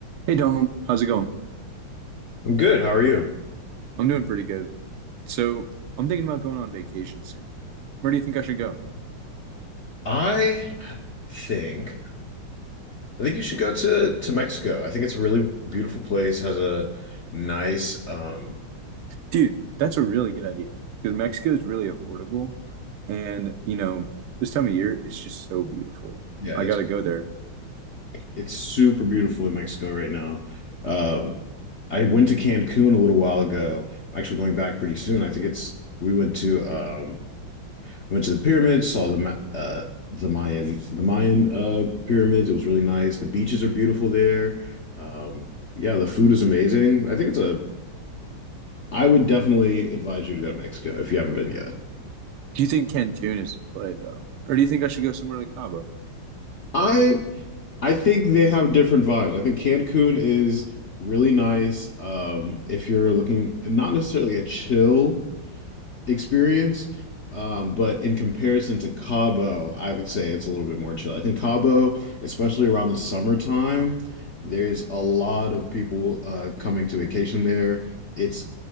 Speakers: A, on the right (about 80°); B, on the left (about 55°).
A: Hey Donald, how's it going?
B: I'm good. How are you?
A: I'm doing pretty good. So I'm thinking about going on vacation soon. Where do you think I should go?
B: I think I think you should go to to Mexico. I think it's a really beautiful place. Has a nice um
A: Dude, that's a really good idea because Mexico is really affordable. And, you know, this time of year, it's just so beautiful.
B: yeah,
A: I
B: it's
A: gotta go there.
B: it's super beautiful in Mexico right now. Um I went to Cancun a little while ago. I'm actually going back pretty soon. I think it's we went to um went to the pyramids, saw the Ma- uh the Mayan the Mayan uh pyramids. It was really nice. The beaches are beautiful there. Um yeah, the food is amazing. I think it's a I would definitely advise you to go to Mexico if you haven't been yet.
A: Do you think Cancun is the play though? Or do you think I should go somewhere like Cabo?
B: I I think they have different vibes. I think Cancun is really nice. Um, if you're looking not necessarily a chill experience. Um, but in comparison to Cabo, I would say it's a little bit more chill. I think Cabo, especially around the summertime, there's a lot of people uh, coming to vacation there. It's